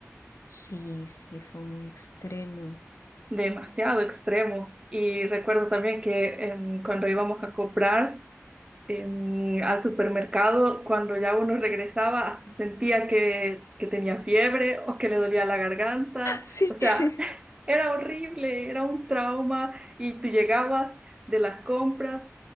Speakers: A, on the left; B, on the right.
A: Sí, sí, fue muy extremo.
B: Demasiado extremo. Y recuerdo también que em, cuando íbamos a comprar, em, al supermercado, cuando ya uno regresaba, hasta sentía que, que tenía fiebre o que le dolía la garganta.
A: Sí.
B: O sea,
A: <laughs>
B: <laughs> era horrible, era un trauma y tú llegabas de las compras